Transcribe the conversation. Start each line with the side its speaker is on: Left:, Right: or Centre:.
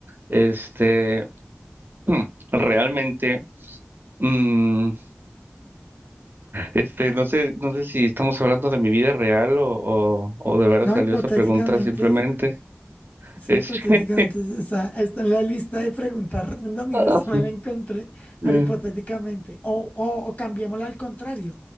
Right: Este, Hmm, Realmente, mm, este, no sé, no sé si estamos hablando de mi vida real o, o, o de veras
Left: No,
Right: salió
Left: hipotéticamente,
Right: esa pregunta simplemente.
Left: Sí,
Right: Este,
Left: hipotéticamente es- está, está en la lista de preguntas random y
Right: <laughs>
Left: justo
Right: ah,
Left: me la encontré, pero
Right: Mm,
Left: hipotéticamente. O, o, o cambiémosla al contrario.